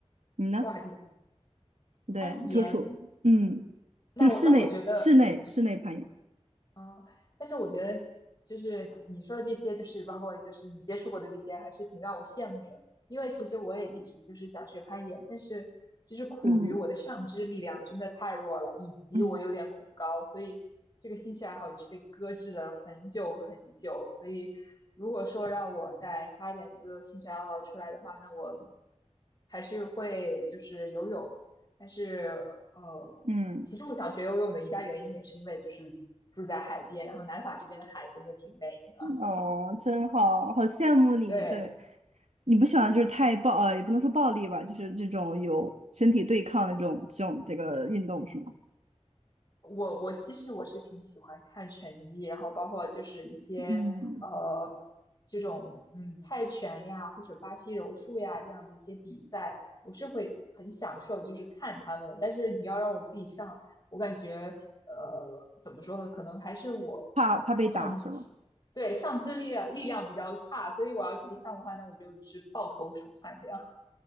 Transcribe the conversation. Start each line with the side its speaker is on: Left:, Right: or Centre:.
Right: 你呢？
Left: 哇，你你攀岩
Right: 对，楚楚，嗯，
Left: 那我那我觉得，
Right: 就室内室内室内攀岩，
Left: 嗯，但是我觉得就是你说的这些，就是包括就是你接触过的这些，还是挺让我羡慕的。因为其实我也一直就是想学攀岩，但是就是苦于我的上肢力量真的太弱了，
Right: 嗯
Left: 以及我有点恐高，
Right: 嗯
Left: 所以这个兴趣爱好也是被搁置了很久很久。所以如果说让我再发展一个兴趣爱好出来的话，那我还是会就是游泳，但是呃。
Right: 嗯，
Left: 其实我想学游泳的一大原因也是因为就是住在海边，然后南法这边的海真的挺美的。
Right: 哦，真好，好羡慕你。
Left: 对，
Right: 对，你不喜欢就是太暴，呃，也不能说暴力吧，就是这种有身体对抗的这种这种这个运动是吗？
Left: 我我其实我是挺喜欢看拳击，然后包括就是一些呃这种嗯泰拳呀或者巴西柔术呀这样的一些比赛，
Right: 嗯，
Left: 我是会很享受就是看他们。但是你要让我自己上，我感觉呃怎么说呢，可能还是我上
Right: 怕怕被打是吗？
Left: 对上肢力量力量比较差，所以我要自己上的话，那我就是抱头鼠窜这样。